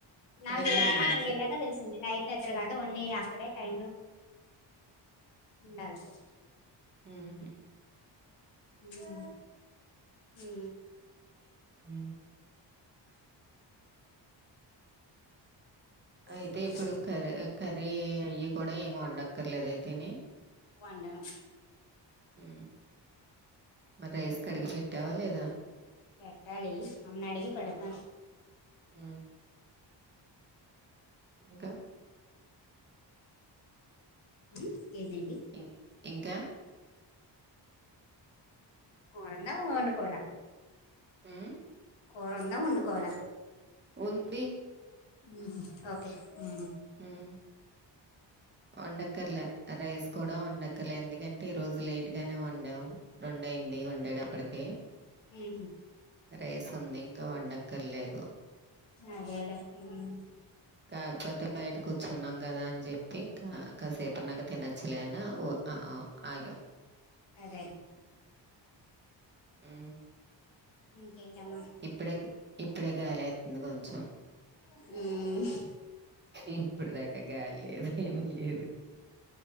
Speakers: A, on the left; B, on the right.
A: నాకు
B: విన్నాను నేను
A: అక్కడికి
B: కూడా.
A: ఎళ్ళాక తెలిసింది నైట్. నిద్ర గాదు ఒన్లీ అక్కడే టైం లోప్ ఉండాలని.
B: ఊహు
A: ఊహ్ ఊ
B: ఊ అయితే
A: మ్మ్
B: ఇప్పుడు కర్ కర్రీ అయి కూడా ఏం వండక్కర్లేదా అయితేని.
A: వండను
B: మ్ మరి రైస్ కడిగి పెట్టావా లేదా.
A: పెట్టాలీ ఆమెని అడిగి పెడతా
B: ఊ ఇంక
A: ఊ ఏందేంటి
B: ఇ ఇంకా
A: కూరుందా వండుకోవాలా
B: ఊహ్
A: కూరుందా వండుకోవాలా
B: ఉంది
A: ఊ హు ఓకే ఊ
B: హ్మ్. వండక్కర్లే రైస్ కూడా వండక్కర్లే ఎందుకంటే ఈ రోజు లేట్ గానే వండాం. రెండయింది వండేడప్పటికే.
A: ఊహు
B: రైస్ ఉంది ఇంకా వండక్కర్లేదు.
A: అదేలేే ఉమ్మ్
B: కాదు పత్ తె బయట కూర్చున్నాం గదా అని చెప్పి ఇంకా కాసేపు ఉన్నాకా తినొచ్చులే అని ఉ అ అ ఆగాం.
A: ఆగైన్
B: మ్
A: ఇంకేంటం
B: ఇప్పుడే గ్ ఇప్పుడే గాలి ఏతుంది కొంచెం
A: మ్
B: ఇప్పుడు దాకా గాలి లేదు ఏమి లేదు